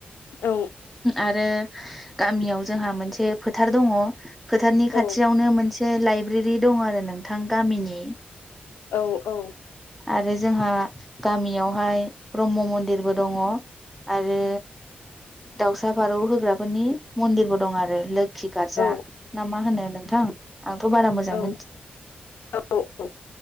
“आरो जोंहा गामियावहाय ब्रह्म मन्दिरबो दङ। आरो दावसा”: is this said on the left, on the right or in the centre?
Centre